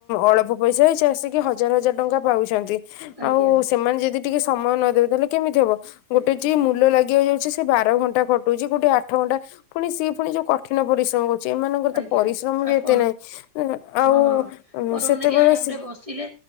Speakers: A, on the left; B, on the right.
A: ଅଳ୍ପ ପଇସା ହେଇଛି ଆସିକି ହଜାର ହଜାର ଟଙ୍କା ପାଉଛନ୍ତି।
B: ଆଜ୍ଞା
A: ଆଉ ସେମାନେ ଯଦି ଟିକେ ସମୟ ନଦବେ ତାହେଲେ କେମିତି ହବ
B: ଆଜ୍ଞା
A: ଗୋଟେ ଯେ ମୂଲ ଲାଗିିବାକୁ ଯାଉଛି ସେ ବାର ଘଣ୍ଟା ଖଟୁଛି ଗୋଟେ ଆଠ ଘଣ୍ଟା ପୁଣି ସିଏ ପୁଣି ଯୋଉ କଠିନ ପରିଶ୍ରମ କରୁ ସେମାନଙ୍କର
B: ଆଜ୍ଞା
A: ତ ପରିଶ୍ରମ ବି
B: ଆପଣ
A: ଏତେ ନାହିଁ, ଆଉ
B: ହଁ ପରମ
A: ସେତେବେଳେ
B: ନେଇକି ଆରାମରେ
A: ସେ
B: ବସିଲେ